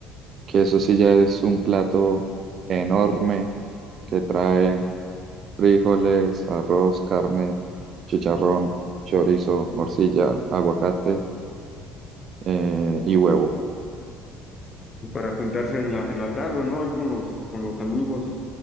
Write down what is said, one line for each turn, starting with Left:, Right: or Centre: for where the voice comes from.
Right: que eso sí ya es un plato enorme que trae frijoles, arroz, carne, chicharrón, chorizo, morcilla, aguacate eh, y huevo.
Left: Para juntarse en la, en la tarde, ¿no? Ahí con los, con los amigos.